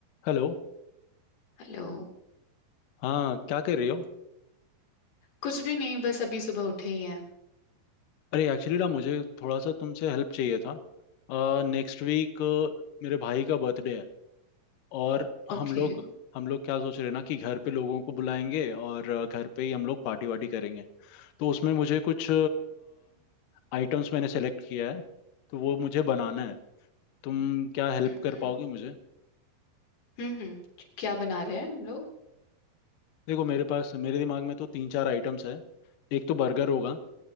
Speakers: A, on the left; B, on the left.
A: Hello
B: हेलो
A: हाँ क्या कर रही हो
B: कुछ भी नहीं बस अभी सुबह उठे ही हैं
A: अरे एक्चुअली ना मुझे थोड़ा सा तुमसे हेल्प चाहिए था नेक्स्ट वीक मेरे भाई का बर्थडे है और हम
B: ओके
A: लोग हम लोग क्या सोच रहे हैं ना कि घर पे लोगों को बुलाएंगे और अ, घर पे ही हम लोग पार्टी वार्टी करेंगे तो उसमें मुझे कुछ आइटम्स मैंने सेलेक्ट किया है तो वो मुझे बनाना है तुम क्या हेल्प
B: हम्म
A: कर
B: हम्म
A: पाओगे मुझे
B: हम्म हम्म, क्या बना रहे हैं हम लोग
A: देखो मेरे पास मेरे दिमाग में तो तीन चार आइटम्स है एक तो बर्गर होगा